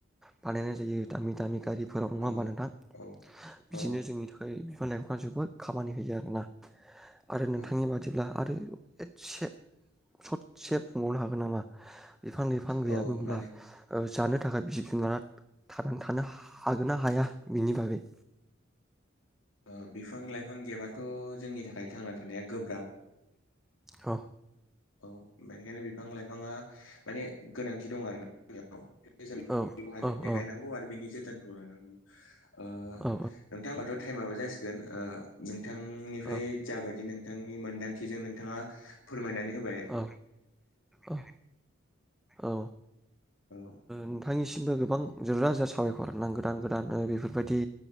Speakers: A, in the centre; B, on the left.
A: बानायनाय जायो दामि दामि गारि फोराव नङा
B: औ
A: होमबा नोंथां
B: औ
A: बिदिनो
B: औ
A: जोंनि थाखाय बिफां लाइ बिफांआ जोबो खामानि होयो आरोना। आरो नोंथांनि
B: औ
A: बादिब्ला आरो एसे ससे बुंबावनो हागोन नामा। बिफां लाइफां
B: औ
A: गैयाबोब्ला
B: माने
A: जानो थाखाय जिब जुनारा थांनानै थानो हागोन ना हाया बिनि बागै
B: ओ बिफां लाइफां गैयाबाथ' जोंनि थाखाय थांना थानाया गोब्राब
A: औ।
B: औ बेनिखायनो बिफां लाइफाङा माने गोनांथि दं आरो ना। जों
A: औ औ औ
B: गायनांगौ आरो बेनि ज बिथोनखौ लानांगौ ओ
A: औ
B: नोंथां टाइमाबो जासिगोन ओ बिथांनिफ्राय
A: औ
B: जा बायदि नों। नोंथांनि मोनदांथिजों नोंथाङा फोरमायनानै हो।
A: औ औ औ ओ
B: औ
A: नोंथांनिसिमबो गोबां जा जाारसि <inaudible> साबायखर गोदान गोदान बेफोरबायदि